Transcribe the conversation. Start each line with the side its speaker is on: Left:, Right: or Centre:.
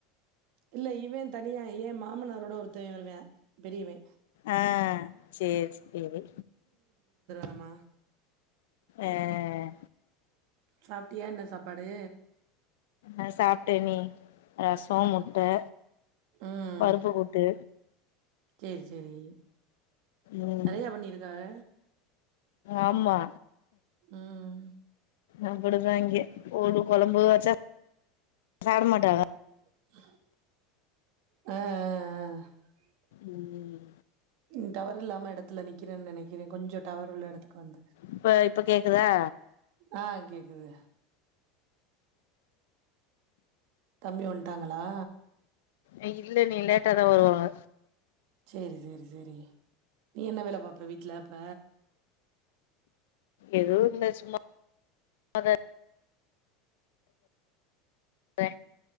Right: இல்ல இவன் தனியா ய மாமனாரோட ஒருத்த வருவியா பெரியவ
Left: ஆ சேரி சேரி
Right: ஆமா
Left: அஹ்
Right: சாப்டியா என்ன சாப் பாடு
Left: ஆஹ் சாப்பிட்டே நீ ரஸ் போ முட்டை
Right: ம்
Left: பருப்பு போட்டு
Right: சேரி சேரி
Left: ம்
Right: நிறைய பண்ணிருக்காக
Left: ஆமா
Right: உம்
Left: அப்படிதான் இங்கே‌ ஒரு குழம்புவச்சா சாப்பிட மாட்டங்கா
Right: ஆஹ் ஆஹ் ஆஹ்
Left: உம்
Right: உம் டவர் இல்லாம இடத்துல நிற்கிறேன்னு நினைக்கிறேன் கொஞ்சம்டவர் உள்ள இடத்துக்கு வந்து
Left: இப்ப இப்ப கேக்குதா
Right: ஆ கேக்குது தம்பி வன்டாங்களா
Left: ஆஹ் இல்ல இன்னைக்கு லேட்டாாதான் வருவாங்க
Right: சேரி சேரி சேரி நீ என்ன வேல பாப்ப வீட்டுல‌ அப்ப
Left: எதுவும் இல்ல சும்மா தான் இருக் ச